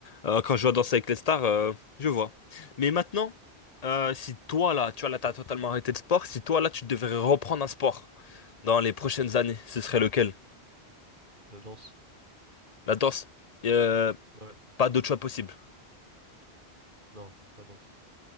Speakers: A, on the left; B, on the right.
A: euh, quand je vois Danser avec les stars, euh, je vois. Mais maintenant, euh, si toi là, tu vois là, t'as totalement arrêté le sport. Si toi là, tu devrais reprendre un sport dans les prochaines années, ce serait lequel?
B: La danse.
A: La danse. Euh,
B: Ouais.
A: pas d'autre choix possible.
B: Non, la danse.